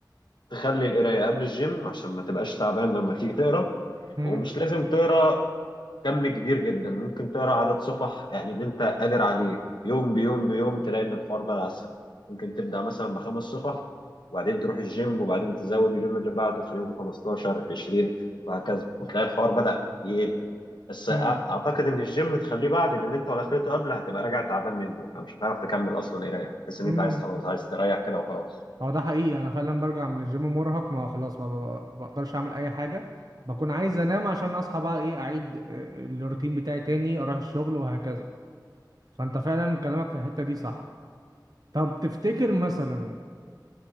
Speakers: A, on the left; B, on the right.
A: تخلي القرايه قبل الجيم عشان ما تبقاش تعبان لما تيجي تقرا
B: امم
A: ومش لازم تقرا كم كبير جدا ممكن تقرا عدد صفح يعني اللي انت قادر عليه يوم بيوم بيوم تلاقي ان الحوار بقى اسهل ممكن تبدا مثلا بخمس صفح وبعدين تروح الجيم وبعدين تزود اليوم اللي بعده تخليهم 15 20 وهكذا وتلاقي الحوار بدا يقل بس
B: امم
A: أ- اعتقد ان الجيم تخليه بعد لان انت لو دخلته قبل هتبقى راجع تعبان منه فمش هتعرف تكمل اصلا قرايه هتحس ان
B: امم
A: انت عايز خلاص عايز تريح كده وخلاص
B: هو ده حقيقي انا فعلا برجع من الجيم مرهق ما خلاص ما ب- بقدرش اعمل اي حاجه بكون عايز انام عشان اصحى بقى ايه اعيد آه، الروتين بتاعي تاني اروح الشغل وهكذا فانت فعلا كلامك في الحته دي صح طب تفتكر مثلا